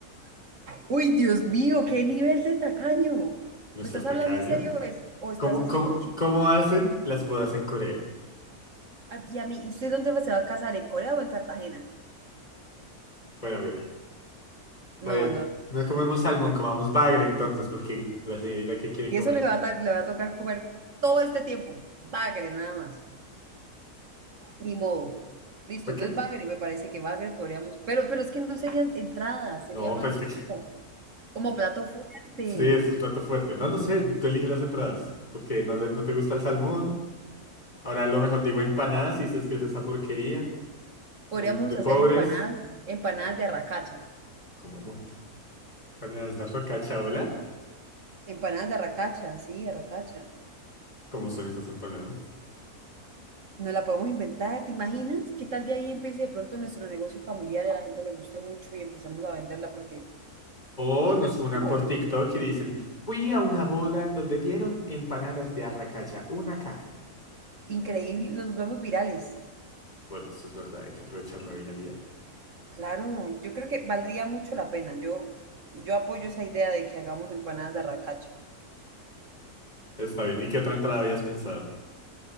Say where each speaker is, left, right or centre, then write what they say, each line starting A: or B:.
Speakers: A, on the right (about 55°); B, on the left (about 25°).
A: Uy, Dios mío, qué nivel de tacaño.
B: ¿No
A: ¿Me
B: es ser
A: estás
B: tacaño?
A: hablando en serio o, es- o estás
B: ¿Cómo,
A: haciendo
B: cómo,
A: un chiste?
B: cómo hacen las bodas en Corea?
A: Ah, Y a mí, ¿usted dónde se va a casar? ¿En Corea o en Cartagena?
B: Bueno, mira, está
A: No,
B: bien.
A: no.
B: No comemos salmón, comamos bagre entonces, porque la señorita que quiere
A: Y
B: comer.
A: eso le va a, ta- le va a tocar comer todo este tiempo. Bagre, nada más. Ni modo. Listo,
B: ¿Ok?
A: entonces Bagre, me parece que Bagre podríamos, pero, pero es que no serían entradas, sería
B: No,
A: más
B: pues
A: bien
B: que...
A: como, como plato fuerte.
B: <laughs> Sí, eso es plato fuerte. No, no sé, tú eliges las entradas, porque no, le- no te gusta el salmón. Ahora lo mejor digo empanadas y dices que es esa porquería.
A: Podríamos
B: Muy de pobres.
A: hacer empanadas, empanadas de arracacha,
B: Como mu- empanadas de racacha, hola.
A: empanadas de arracacha, sí, arracacha.
B: ¿Cómo son esas empanadas?
A: Nos la podemos inventar, ¿te imaginas? ¿Qué tal de ahí empiece de pronto nuestro negocio familiar y a la gente le guste mucho y empezamos a venderla porque
B: O
A: nos
B: nos
A: tenemos
B: funan
A: que mover?
B: por TikTok y dicen, fui a una boda en donde dieron empanadas de arracacha, una caca.
A: Increíble, nos volvemos virales.
B: Bueno, eso es verdad, hay que aprovechar la viralidad.
A: Claro, yo creo que valdría mucho la pena. Yo, yo apoyo esa idea de que hagamos empanadas de arracacha.
B: Está bien, ¿y qué otra entrada habías pensado?